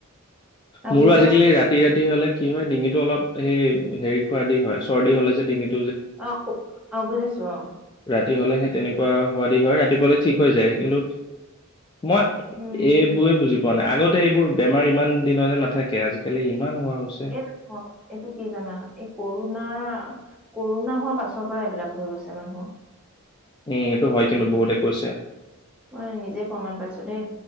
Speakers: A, in the centre; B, on the left.
A: আৰু
B: মোৰো
A: বিজল
B: আজিকালি ৰাতি ৰাতি হ'লে কি হয় ডিঙিটো অলপ সেই হেৰি কৰা দি হয় চৰ্দি হ'লে যে ডিঙিত
A: অহ, কো অ', বুজিছো অ'।
B: ৰাতি হ'লে সেই তেনেকুৱা হোৱাদি হয় ৰাতিপুৱালে ঠিক হৈ যায় কিন্তু মই
A: উম
B: এইবোৰে বুজি পোৱা নাই। আগতে এইবোৰ বেমাৰ ইমান দিনলে নাথাকে আজিকালি ইমান হোৱা হৈছে।
A: এ এইটো কি জানা এই কৰোণাৰ কৰোণা হোৱাৰ পাছৰ পৰা এইবিলাক হৈ গৈছে মানুহৰ।
B: উম সেইটো
A: গম
B: হয়
A: পাইছানে?
B: কিন্তু বহুতে কৈছে।
A: মই নিজে প্ৰমাণ পাইছো দেই